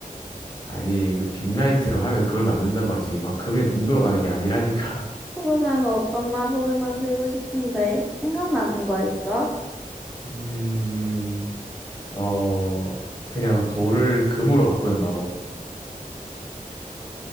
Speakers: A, on the left (about 30°); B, in the centre.
A: 아니, 그 빅라이트로 하면 금을 만든다는 거지. 막 금에 눈 돌아가는 게 아니라니까. <laughs>
B: 그러면 어떤 마법을 만들고 싶은데? 생각나는 거 있어?
A: 음. 어, 그냥 돌을 금으로 바꾸는 마법.